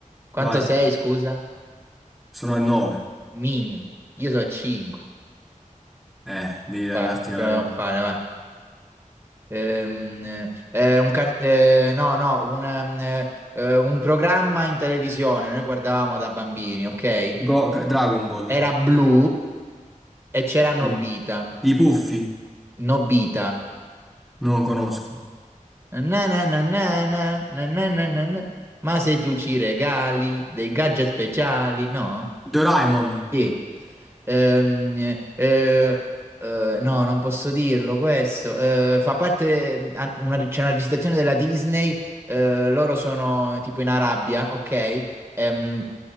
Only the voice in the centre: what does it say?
Vai,
sono a 9.
Eh, devi
darti... eh,
Go- Dragon Ball.
Mm. I Puffi,
non conosco.
Doraemon,